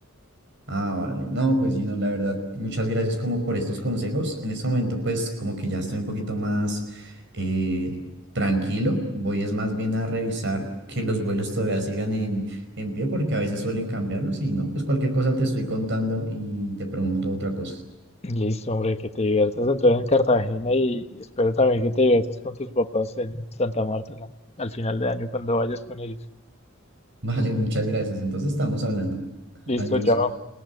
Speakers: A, on the right (about 60°); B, on the left (about 30°).
A: Ah, vale. No, pues Gino, la verdad, muchas gracias como por estos consejos. En este momento, pues como que ya estoy un poquito más eh, tranquilo. Voy es más bien a revisar que los vuelos todavía sigan en, en pie porque a veces suelen cambiarlos y no, pues cualquier cosa te estoy contando y te pregunto otra cosa.
B: Listo, hombre, que te diviertas entonces en Cartagena y, y espero también que te diviertas con tus papás en Santa Marta la- al final de año cuando vayas con ellos.
A: <laughs> Vale, muchas gracias. Entonces estamos hablando. <laughs>
B: Listo,
A: Adiós.
B: chao.